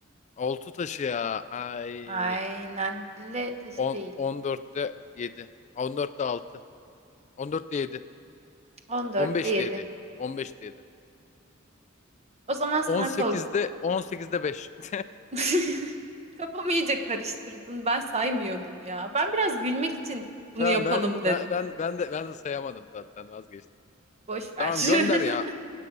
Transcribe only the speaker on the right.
Aynen. Lüle taşı
değil.
14'te
7.
O zaman sana
kol...
<laughs> Kafamı iyice karıştırdın. Ben saymıyordum ya. Ben biraz gülmek için bunu
yapalım
dedim.
Boş ver.
<laughs>